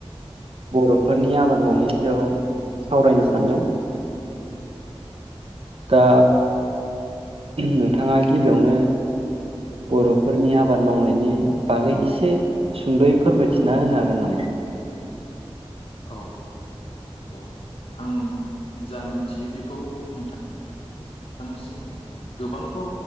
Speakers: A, on the right (about 65°); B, on the left (about 65°).
A: बरफोरनि आबाद मावनायनि सायाव सावरायनो सानदों। दा नोंथाङा गिबियावनो बरफोरनि आबाद मावनायनि बागै एसे सुंदयै फोरमायथि न होनो हागोन नामा?
B: औ औ आं जा मिथियो बेखौ नोंथां नोंथांनिसिम गोबांथ